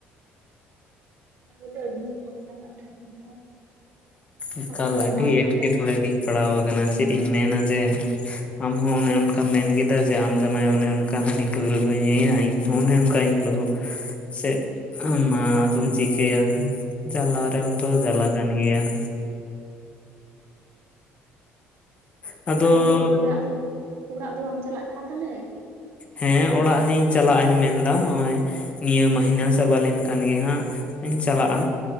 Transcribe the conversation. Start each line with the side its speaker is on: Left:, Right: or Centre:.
Right: ᱛᱟᱞᱦᱮ ᱛᱚ ᱟᱹᱰᱤ ᱥᱚᱢᱚᱥᱥᱟ ᱠᱟᱛᱷᱟ ᱠᱟᱱᱟ ᱛᱚ
Left: ᱮᱠᱟᱞ
Right: ᱚᱱᱠᱟ ᱫᱚ
Left: ᱟᱹᱰᱤ
Right: ᱵᱟᱝ
Left: ᱮᱸᱴᱠᱮᱴᱚᱬᱮ
Right: ᱴᱷᱤᱠᱟ
Left: ᱨᱤᱧ ᱯᱟᱲᱟᱣ ᱠᱟᱱᱟ ᱪᱮᱫ ᱤᱧ ᱢᱮᱱᱟ ᱡᱮ ᱟᱢᱦᱚᱸ ᱚᱱᱮ ᱚᱱᱠᱟᱢ ᱢᱮᱱ ᱠᱮᱫᱟ ᱡᱮ ᱟᱢ ᱡᱟᱢᱟᱭ ᱚᱱᱮ ᱚᱱᱠᱟ ᱦᱟᱺᱰᱤ ᱯᱟᱹᱣᱨᱟᱹ ᱠᱚᱭ ᱧᱩᱭᱟ ᱤᱧᱦᱚᱸ ᱚᱱᱮ ᱚᱱᱠᱟ ᱤᱧ ᱵᱟᱹᱦᱩ ᱪᱮᱫ ᱢᱟ ᱟᱫᱚᱢ ᱪᱤᱠᱟᱹᱭᱟ ᱪᱟᱞᱟ ᱨᱮᱦᱚ ᱛᱚ
Right: ᱦᱩᱸ
Left: ᱡᱟᱞᱟ ᱠᱟᱱ ᱜᱮᱭᱟ ᱟᱫᱚ
Right: ᱛᱟᱞᱦᱮ ᱫᱚ ᱚᱲᱟᱜ ᱫᱚ ᱚᱲᱟᱜ ᱫᱚ ᱵᱟᱢ ᱪᱟᱞᱟᱜ ᱠᱟᱱᱟ ᱛᱟᱞᱦᱮ
Left: ᱦᱮᱸ ᱚᱲᱟᱜ ᱦᱟᱜ ᱤᱧ ᱪᱟᱞᱟᱜ ᱟᱧ ᱢᱮᱱᱫᱟ ᱦᱚᱭ ᱱᱤᱭᱟᱹ ᱢᱟᱹᱦᱤᱱᱟᱹ ᱪᱟᱵᱟ ᱞᱮᱱᱠᱷᱟᱱ ᱜᱮ ᱦᱟᱸᱜ ᱤᱧ ᱪᱟᱞᱟᱜ-ᱟ